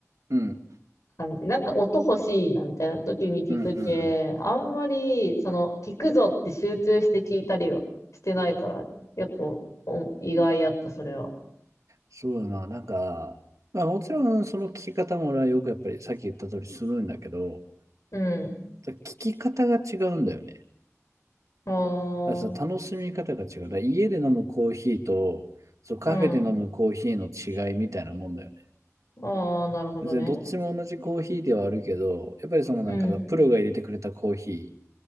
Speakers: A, on the right; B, on the left.
A: うん。うん。
B: 感じ。なんか音欲しいなみたいな時に聞くけ、
A: うん。うん
B: あんまり、その、聞くぞって集中して聞いたりはしてないから、結構お意外やった、それは。
A: そうだな。なんか、まあもちろんその聴き方も俺はよくやっぱりさっき言った通りするんだけど、
B: うん。
A: 聴き方が違うんだよね。
B: あ
A: だからそ楽しみ方が違う。だから家で飲むコーヒーと、そうカフェで飲むコーヒーの違いみたいなもんだよね
B: あ、うん。ああ、なるほどね。
A: 別にどっちも同じコーヒーではあるけど、やっぱりそのなんかさ、
B: うん、
A: プロが入れてくれたコーヒ